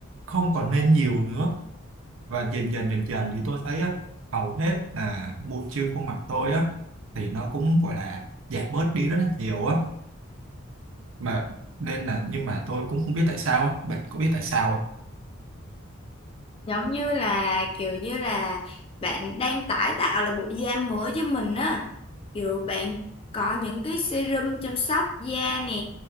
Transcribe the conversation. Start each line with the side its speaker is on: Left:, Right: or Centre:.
Right: không còn lên nhiều nữa và dần dần dần dần thì tôi thấy á, hầu hết là mụn trên khuôn mặt tôi á thì nó cũng gọi là giảm bớt đi rất là nhiều á mà nên là nhưng mà tôi cũng không biết tại sao á bạn có biết tại sao không?
Left: giống như là kiểu như là bạn đang tái tạo là bộ da mới cho mình á kiểu bạn có những cái serum chăm sóc da nè